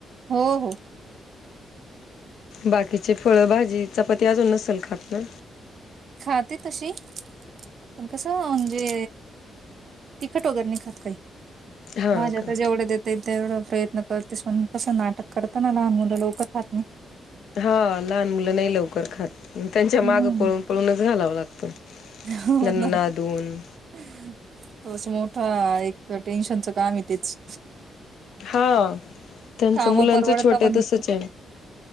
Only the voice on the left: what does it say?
बाकीचे फळभजी चचापाती अजून नसेल खात ना
हा
का
हा लहान मुलं नाही लवकर खात त्यांच्या मागं
पळून पळून घालावं लागतं
त्यांना
नादून
हा त्यांचं
मुलांच
छोटं
तसच आहे